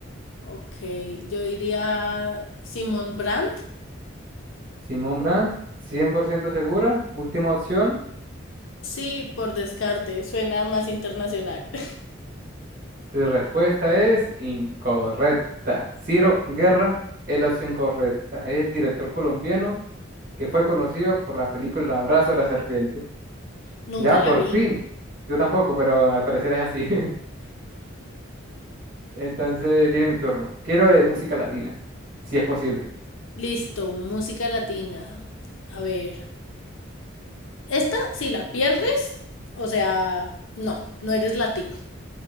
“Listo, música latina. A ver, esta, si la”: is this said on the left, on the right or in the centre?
Left